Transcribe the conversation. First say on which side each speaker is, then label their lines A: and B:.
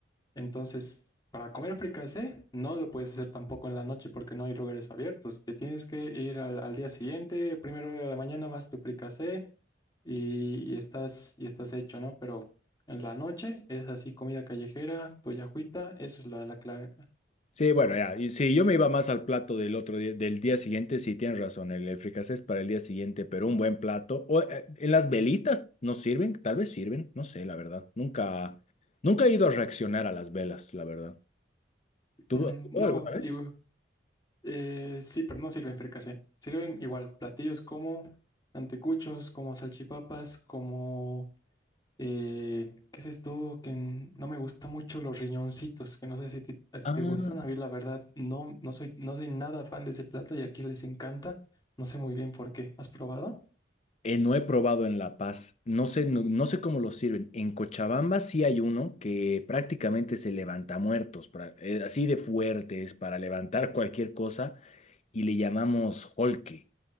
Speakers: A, on the left; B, on the left.
A: entonces, para comer fricasé, no lo puedes hacer tampoco en la noche porque no hay lugares abiertos. Te tienes que ir al, al día siguiente, primero de la mañana vas tu fricasé y, y estás, y estás hecho, ¿no? Pero en la noche es así, comida callejera, tu yajuita, eso es la, la clave acá.
B: Sí, bueno, ya. Y sí, yo me iba más al plato del otro día, del día siguiente, sí, tienes razón, el, el fricasé es para el día siguiente, pero un buen plato. O, eh, ¿en las velitas no sirven? Tal vez sirven, no sé, la verdad. Nunca, nunca he ido a reaccionar a las velas, la verdad. ¿Tú
A: Mm,
B: has ido
A: No,
B: alguna vez?
A: y, eh, sí, pero no sirven fricasé. Sirven igual platillos como anticuchos, como salchipapas, como Eh, ¿qué es esto? Que n- no me gusta mucho los riñoncitos, que no sé si ti- a ti
B: Ah,
A: te gustan. A mí, la verdad, no, no soy, no soy nada fan de ese plato y aquí les encanta. No sé muy bien por qué. ¿Has probado?
B: eh, no he probado en La Paz. No sé, no, no sé cómo lo sirven. En Cochabamba sí hay uno que prácticamente se levanta muertos, pra- eh, así de fuertes para levantar cualquier cosa, y le llamamos holque.